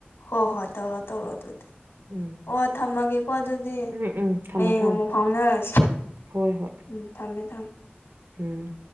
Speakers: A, on the left (about 80°); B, on the right (about 70°).
A: ꯍꯣ ꯍꯣꯏ ꯇꯧꯔꯣ ꯇꯧꯔꯣ ꯑꯗꯨꯗꯤ
B: ꯎꯝ
A: ꯑꯣ ꯊꯝꯃꯒꯦꯀꯣ ꯑꯗꯨꯗꯤ
B: ꯎꯝ ꯎꯝ ꯊꯝꯃꯣ
A: ꯍꯌꯦꯡ
B: ꯊꯝꯃꯣ
A: ꯑꯃꯨꯛ ꯐꯥꯎꯅꯔꯁꯤ
B: ꯍꯣꯏ ꯍꯣꯏ
A: ꯎꯝ ꯊꯝꯃꯦ ꯊꯝꯃꯦ
B: ꯎꯝ